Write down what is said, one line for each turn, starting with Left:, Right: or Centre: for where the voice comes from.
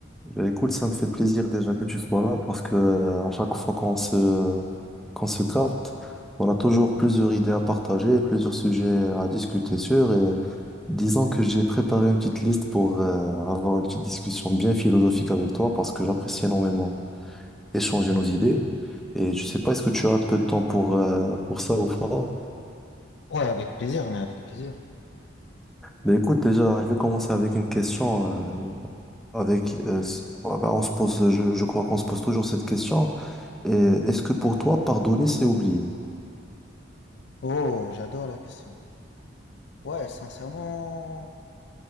Centre: Ben, écoute, ça me fait plaisir déjà que tu sois là parce que euh, à chaque fois qu'on se, qu'on se capte, on a toujours plusieurs idées à partager, plusieurs sujets à discuter sur. Et disons que j'ai préparé une petite liste pour euh, avoir une petite discussion bien philosophique avec toi parce que j'apprécie énormément échanger nos idées. Et je sais pas, est-ce que tu as un peu de temps pour, euh, pour ça ou pas?
Left: Ouais, avec plaisir, mais avec plaisir.
Centre: Ben écoute, déjà, je vais commencer avec une question euh, avec euh, s- ah ben, on se pose, je, je crois qu'on se pose toujours cette question. Et est-ce que pour toi, pardonner, c'est oublier?
Left: Oh, j'adore la question. Ouais, sincèrement,